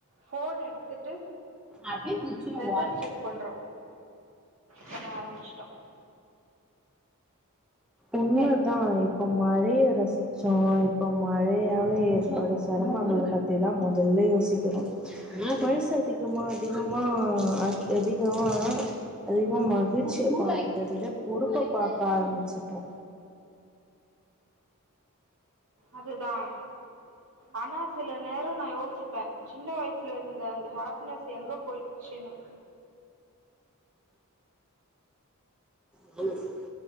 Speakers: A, on the right; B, in the centre.
A: போன் எடுத்துட்டு
B: அப்பிடியே குச்சுன்னு
A: வெதர்
B: ஒட்ன
A: செக் பண்றோ பண்ண ஆரம்பிச்சுட்டோம்
B: உண்மையா தான் இப்ப மழைய ரசிச்சோம் இப்ப மழையால ஏற்படும் சிரமங்கள பத்திதான் முதல்ல யோசிக்கிறோம் வயசு அதிகமா அதிகமா அதிகமா அதிகமா மகிழ்ச்சிய பாக்குறது விட பொறுப்ப பாக்க ஆரம்பிச்சு போ
A: அதுதான் ஆனா சில நேரம் நான் யோசி நெனச்சிப்பேன் சின்ன வயசுல இருந்த அந்த ஹாப்னஸ் எங்க போயி ச்சினு <inaudible>
B: செல்லுங்க